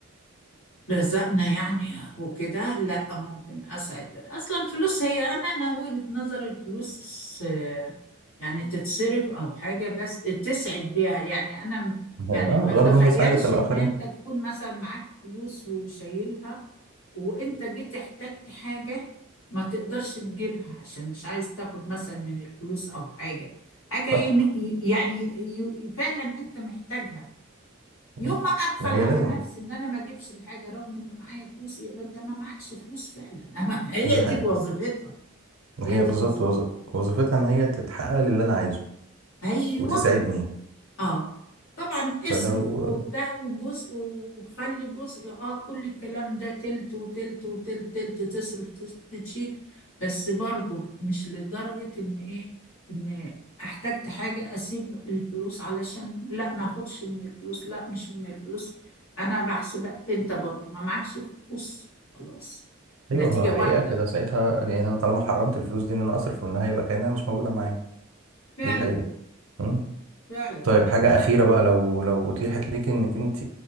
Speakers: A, on the left; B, on the right.
A: رزقنا يعني وكده لا ممكن اسعد اصلا الفلوس هي انا انا وجهة نظري الفلوس آه، يعني تتصرف او حاجة بس تسعد بيها يعني انا م-
B: اه
A: يعني ما
B: الغرض
A: تخيلش
B: منها سعاده الاخرين
A: ان انت تكون مثلا معاك فلوس وشايلها وانت جيت احتجت حاجة ما تقدرش تجيبها عشان مش عايز تاخد مثلا من الفلوس او حاجة حاجة ين-
B: صح
A: يعني ي- فعلا انت محتاجها يوم
B: مم.
A: ما اقفل
B: ما هي
A: على
B: لازم
A: نفسي ان انا ما اجيبش الحاجه رغم ان معايا فلوس يبقى انت ما معكش فلوس فعلا <laughs> أما هي
B: دي
A: دي
B: حقيقه
A: وظيفتها
B: ما
A: هي
B: هي
A: دي
B: بالظبط
A: وظيفتها
B: وظ- وظيفتها ان هي تتحقق للي انا عايزه
A: ايوه
B: وتساعدني
A: اه طبعا
B: فلو
A: اصرف وبتاع وجزء وخلي جزء اه كل الكلام ده تلت وتلت وتلت تلت تصرف تس- تشيل بس برضو مش لدرجة ان ايه ان احتجت حاجة اسيب الفلوس علشان لا ما اخدش من الفلوس لا مش من الفلوس انا بحسب انت برضو ما معكش فلوس خلاص نتيجة
B: ايوه هو
A: واحدة
B: حقيقه كده ساعتها يعني انا طالما حرمت الفلوس دي ان انا اصرف منها يبقى كانها مش موجوده معايا
A: فعلا
B: دي حقيقه مم.
A: فعلا
B: طيب حاجة أخيرة بقى لو لو أتيحت ليك إنك أنت